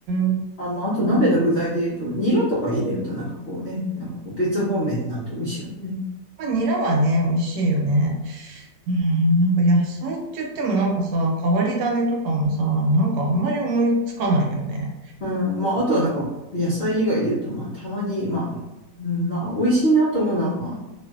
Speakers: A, on the right; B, on the left.
A: ん。
B: あ、まああと鍋の具材で言うと、ニラとか入れるとなんかこうね、なんかこう別方面になって美味しいよね。
A: まあ、ニラはね、美味しいよね。うん、なんか野菜って言ってもなんかさ、変わり種とかもさ、なんかあんまり思いつかないよね。
B: うん。まああとはなんか野菜以外で言うと、まあたまに、まあ、うん、まあ美味しいなと思うのは、ま